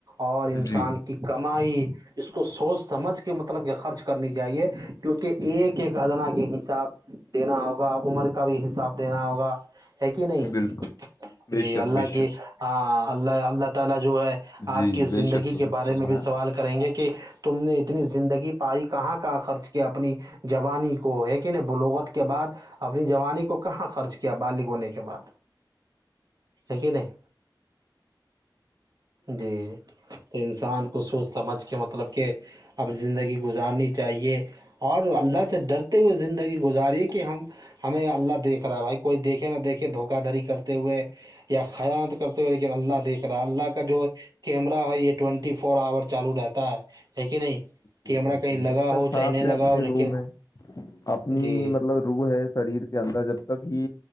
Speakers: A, on the right (about 55°); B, on the left (about 45°).
A: اور انسان
B: جی
A: کی کمائی اس کو سوچ سمجھ کے مطلب کہ خرچ کرنی چاہیے کیونکہ ایک ایک ادنا کے حساب دینا ہوگا عمر کا بھی حساب دینا ہوگا ہے کہ نہیں
B: بالکل بے
A: جی
B: شک
A: اللہ
B: بے
A: کی
B: شک
A: ہاں اللہ اللہ تعالی جو ہے
B: جی
A: آپ کی
B: بے
A: زندگی
B: شک درست
A: کے بارے
B: فرمایا
A: میں بھی سوال کریں گے کہ تم نے اتنی زندگی پائی کہاں کہاں خرچ کیا اپنی جوانی کو ہے کہ نہیں بلوغت کے بعد اپنی جوانی کو کہاں خرچ کیا بالغ ہونے کے بعد ایکیک ہی نہیں جی تو انسان کو سوچ سمجھ کے مطلب کہ اب زندگی گزارنی چاہیے اور اللہ سے ڈرتے ہوئے زندگی گزاری کہ ہمیں اللہ دیکھ رہا ہے بھائی کوئی دیکھے نہ دیکھے دھوکہ دھڑی کرتے ہوئے یا خیاانات کرتے ہوئے لیکن اللہ دیکھ رہا ہے اللہ کا جو کیمرا ہے یہ ٹوینٹی فور آور چالو رہتا ہے ہے کہ نہیں
B: بالکل
A: کیمرہ کہیں لگا
B: جب تک
A: ہو
B: سانس
A: چاہے نہیں
B: ہے
A: لگا
B: اپنی
A: ہو لیکن
B: روح میں اپنی
A: جی
B: مطلب رو ہے شریر کے اندر جب تک ہی